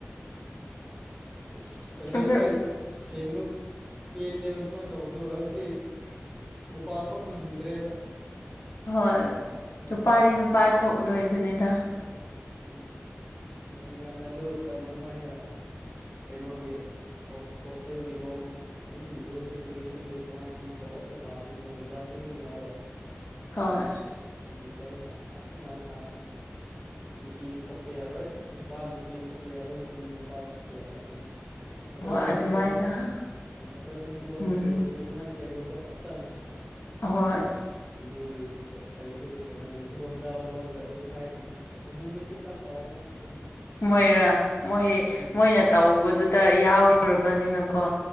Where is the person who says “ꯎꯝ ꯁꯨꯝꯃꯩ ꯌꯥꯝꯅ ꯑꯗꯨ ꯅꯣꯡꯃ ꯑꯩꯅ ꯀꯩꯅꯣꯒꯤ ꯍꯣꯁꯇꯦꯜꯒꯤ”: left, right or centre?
Centre